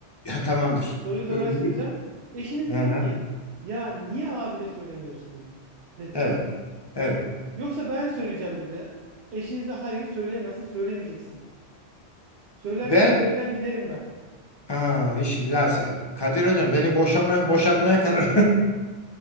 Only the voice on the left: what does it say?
Ya, tamamdır.
Ee, Bugün.
Hı
hı.
Evet. Evet.
Ben
aa, işi ya sen- Kadir Hocam beni boşama boşatmaya karar.